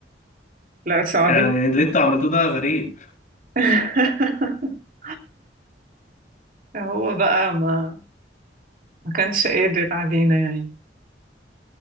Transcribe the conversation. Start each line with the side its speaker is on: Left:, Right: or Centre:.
Right: لا صعبين
Left: يعني اللي انتوا عملتوه ده غريب
Right: <laughs> هو بقى ما ما كانش قادر علينا يعني